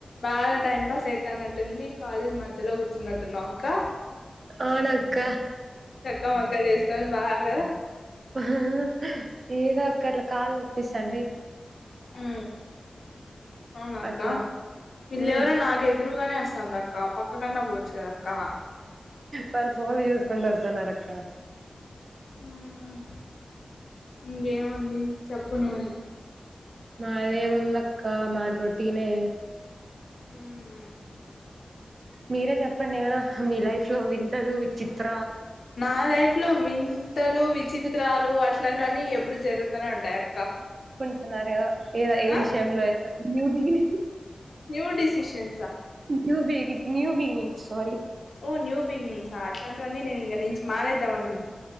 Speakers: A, on the left; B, on the right.
A: బాగా టైమ్ పాస్ అ తనేట్టుంది కాలేజ్ మధ్యలో కూర్చున్నట్టు ఉన్నావ్ వక్క
B: అవునక్క
A: చక్క మక్కల్ వేసుకొని బాగా
B: ఆహ్ ఏదో అక్క అట్లా కాళ్ నొప్పొస్తంది
A: ఉ అవునాక్క
B: అట్లా
A: ఇల్లెవరో
B: ఉమ్
A: నాకైత్ నే అస్తాంద్ అక్క పక్కనన్న కూర్చో అక్కా
B: వాళ్ళు ఫోన్లు చూసుకుంటా వస్తన్నార్ అక్క
A: ఉ ఇ ఏముంది చెప్పు నువ్వే
B: మాదేముందక్క మాది రోటీనే
A: హ్మ్
B: మీరే చెప్పండి ఏమైనా మీ లైఫ్ లో వింతలు విచిత్ర
A: నా లైఫ్ లో వింతలు విచిత్రాలు
B: నెక్స్ట్
A: అట్లాంటివన్నీ ఎప్పుడు జరుగుతానే ఉంటాయి అక్క
B: మల్లారో ఏదా ఏ
A: ఆ
B: విషయంలో న్యూ బిగీ
A: న్యూ డిసిషన్
B: ఉంది న్యూ బిగినింగ్స్ సారీ
A: ఓ న్యూ బిగినింగ్స్ ఆ అట్ లాంటివన్నీ నేను ఇంగ నుంచి మానేదాం అన్